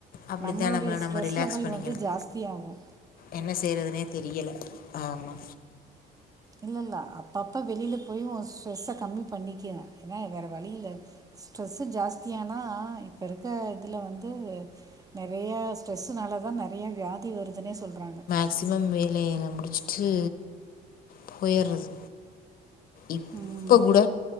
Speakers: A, on the left (about 60°); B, on the right (about 20°).
A: அப்படித்தான்
B: நம்மளுடைய
A: நம்மள
B: ஸ்ட்ரெஸ்
A: நம்ம ரிலாக்ஸ்
B: லெவல்
A: பண்ணிக்கணும்
B: வந்து ஜாஸ்திய ஆகும்
A: என்ன செய்றதுனே தெரியல ஆமா
B: இல்ல இல்ல அப்பப்போ வெளியில போய் ஸ்ட்ரெஸ்ஸ கம்மி பண்ணிகிறேன் ஏன்னா வேற வழி இல்ல ஸ்ட்ரெஸ்ஸு ஜாஸ்தியானா இப்ப இருக்க இதுல வந்து நெறைய ட்ரெஸ்ஸுனால தா நெறைய வியாதி வருதுன்னே சொல்றாங்க
A: மேக்சிமம் வேலையெல்லா முடிச்சுட்டு போயிற்றது இப்ப
B: ம்
A: கூட